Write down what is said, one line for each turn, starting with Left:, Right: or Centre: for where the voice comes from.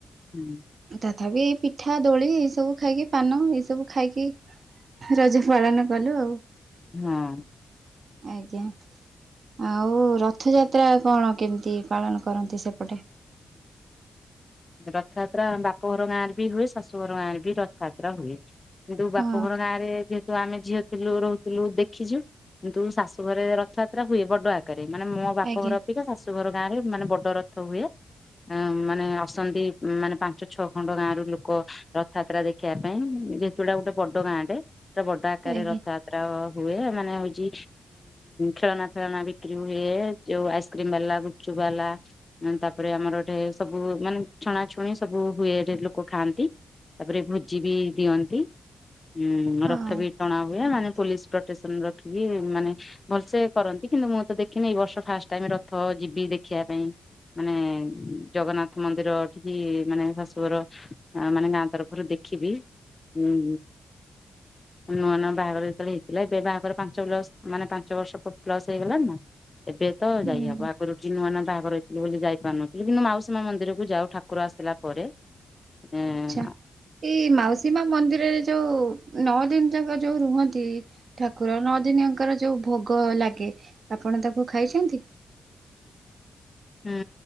Left: ହୁଁ
Right: ତଥାପି ଏଇ ପିଠା ଦୋଳି ଏଇ ସବୁ ଖାଇକି ପାନ ଏଇ ସବୁ ଖାଇକି ରଜ ପାଳନ କଲୁ ଆଉ।
Left: ହଁ।
Right: ଆଜ୍ଞା ଆଉ ରଥଯାତ୍ରା କଣ କେମିତି ପାଳନ କରନ୍ତି ସେପଟେ?
Left: ରଥଯାତ୍ରା ଆମ ବାପଘର ଗାଁରେ ବି ହୁଏ ଶାଶୁଘର ଗାଁରେ ବି ରଥଯାତ୍ରା ହୁଏ। କିନ୍ତୁ ବାପଘର
Right: ହଁ
Left: ଗାଁ ରେ ଯେହେତୁ ଆମେ ଝିଅ ଥିଲୁ ରହୁଥିଲୁ ଦେଖିଚୁ କିନ୍ତୁ ଶାଶୁଘରେ ରଥଯାତ୍ରା ହୁଏ ବଡ ଆକାରରେ ମାନେ ମୋ ବାପଘର
Right: ଆଜ୍ଞା
Left: ଅପେକ୍ଷା ଶାଶୁଘର ଗାଁରେ ମାନେ ବଡ ରଥ ହୁଏ ମାନେ ଆସନ୍ତି ମାନେ ପାଞ୍ଚ ଛଅ ଖଣ୍ଡ ଗାଁରୁ ଲୋକ ରଥଯାତ୍ରା ଦେଖିବା ପାଇଁ, ଯେହେତୁୁ ଏଇଟା ଗୋଟେ ବଡ ଗାଁଟେ। ପୁରା ବଡ ଆକାରରେ
Right: ଆଜ୍ଞା
Left: ରଥଯାତ୍ରା ହୁଏ ମାନେ ହଉଚି ଖେଳନା ଫେଳନା ବିକ୍ରି ହୁଏ, ଯୋଉ ଆଇସ୍କ୍ରିମ ବାଲା ଗୁପଚୁପ୍ ବାଲା ତାପରେ ଆମର ଏଠେ ସବୁ ମାନେ ଛଣା ଛୁଣି ସବୁ ହୁଏରେ ଲୋକ ଖାଆନ୍ତି ତାପରେ ଭୋଜି ବି ଦିଅନ୍ତି। ହୁଁ
Right: ହଁ
Left: ରଥ ବି ଟଣା ହୁଏ ମାନେ ପୋଲିସ ପ୍ରୋଟେକ୍ସନ ରଖିକି ମାନେ ଭଲସେ କରନ୍ତି କିନ୍ତୁ ମୁଁ ତ ଦେଖିନି ଏଇ ବର୍ଷ ଫାଷ୍ଟ ଟାଇମ ରଥ ଯିବି ଦେଖିବା ପାଇଁ। ମାନେ ଜଗନ୍ନାଥ ମନ୍ଦିର ଯିବି ମାନେ ଶାଶୁର ମାନେ ଗାଁ ତରଫରୁ ଦେଖିବି ଉଁ
Right: ହ <inaudible>
Left: ନୂଆ ନୂଆ ବାହାଘର ଯେତେବେଳେ ହେଇଥିଲା ଏବେ ବାହାଘର ପାଞ୍ଚ ପ୍ଲସ ମାନେ ପାଞ୍ଚ ବର୍ଷ ପ୍ଲସ୍ ହେଇଗଲାଣି ନା। ଏବେ ତ
Right: ହୁଁ
Left: ଯାଇହବ ଆଗରୁ କି ନୂଆ ନୂଆ ବାହାଘର ଥିଲିବୋଲି ଯାଇପାରୁନଥିଲି କିନ୍ତୁ ମାଉସୀମା ମନ୍ଦିରକୁ ଯାଉ ଠା କ୍ରସ ଥିଲା ପରେ। ଏଁ
Right: ଆଛା ଏଇ ମାଉସୀ ମା ମନ୍ଦିରରେ ଯୋଉ ନଅ ଦିନ ଯାକ ଯୋଉ ରୁହନ୍ତି। ଠାକୁର ନଅ ଦିନୀ ଯାଙ୍କର ଯୋଉ ଭୋଗ ଲାଗେ ଆପଣ ତାକୁ ଖାଇଛନ୍ତି।
Left: ହୁଁ